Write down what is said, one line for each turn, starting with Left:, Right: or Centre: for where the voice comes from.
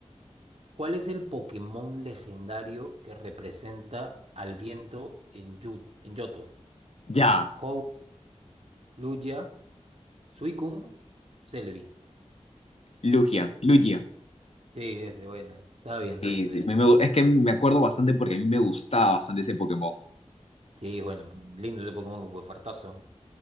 Right: ¿Cuál es el Pokémon legendario que representa al viento en, Yu- en Yoto?
Left: ya,
Right: Ho, Luya, Suicune, Celebi.
Left: Lugia, Lugia.
Right: Sí, ese, bueno. Está bien, está
Left: Sí,
Right: bien, está
Left: sí,
Right: bien.
Left: me- me- es que me acuerdo bastante porque a mí me gustaba bastante ese Pokémon.
Right: Sí, bueno, lindo ese Pokémon, pues fartazo.